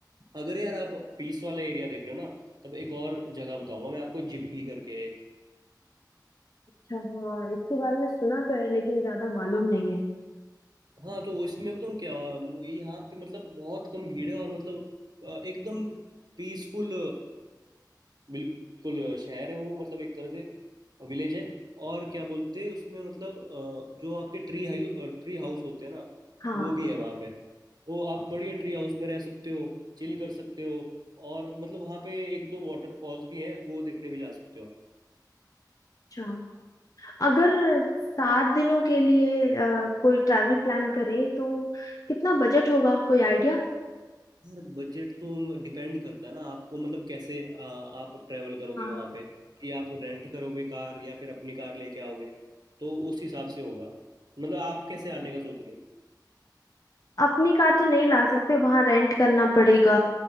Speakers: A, on the right (about 60°); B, on the left (about 50°).
A: अगर यार आप पीस वाला एरिया देख रहे हो ना तब एक और जगह बताऊंगा मैं आपको जिब्भी करके
B: अच्छा हाँ इसके बारे में सुना तो है लेकिन ज्यादा मालूम नहीं है
A: हाँ तो इसमें बताऊँ क्या हुआ मु- यहाँ पे मतलब बहुत कम भीड़ है और मतलब अ, एकदम पीसफुल बिल्कुल शहर है वो मतलब एक तरह से विलेज है और क्या बोलते हैं उसमें मतलब अ, जो आपके ट्री हाई ट्री हाउस होते हैं ना
B: हाँ
A: वो भी है वहाँ पे तो आप बढ़िया ट्री हाउस पे रह सकते हो चिल कर सकते हो और मतलब वहाँ पे एक दो वाटरफॉल्स भी हैं वो देखने भी जा सकते हो आप
B: अच्छा अगर सात दिनों के लिए अ, कोई ट्रैवल प्लान करे तो कितना बजट होगा कोई आइडिया
A: यार बजट तो डिपेंड करता है ना आपको मतलब कैसे आ, आप ट्रेवल करोगे
B: हाँ
A: वहां पे कि आप रेंट करोगे कार या फिर अपनी कार लेके आओगे तो उस हिसाब से होगा मतलब आप कैसे आने का सोच रहे हो
B: अपनी कार तो नहीं ला सकते वहां रेंट करना पड़ेगा